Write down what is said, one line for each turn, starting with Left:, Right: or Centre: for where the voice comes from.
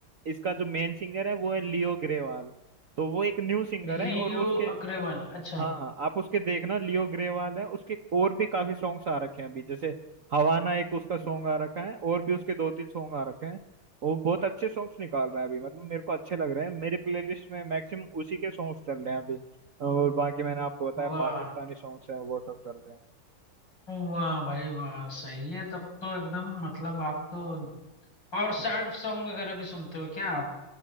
Right: इसका जो मेन सिंगर है वो है लियो ग्रेवाल तो वो एक न्यू सिंगर
Left: रियो
Right: है और उसके
Left: अग्रवाल अच्छा
Right: हाँ आप उसके देखना लियो ग्रेवाल है उसके और भी काफी सॉन्ग्स आ रखे हैं अभी जैसे हवाना एक उसका सॉन्ग आ रखा है और भी उसके दो तीन सॉन्ग आ रखे हैं वो बहुत अच्छे सॉन्ग्स निकाल रहा है अभी मतलब मेरे को अच्छे लग रहे हैं मेरी प्लेलिस्ट में मैक्सिमम उसी के सॉन्ग्स चल रहे हैं अभी और बाकी मैंने आपको बताया
Left: वाह
Right: पाकिस्तानी सॉन्ग्स हैं वो सब चल रहे हैं
Left: वाह भाई वाह सही है तब तो एकदम मतलब आप तो और सैड सॉन्ग वगैरह भी सुनते हो क्या आप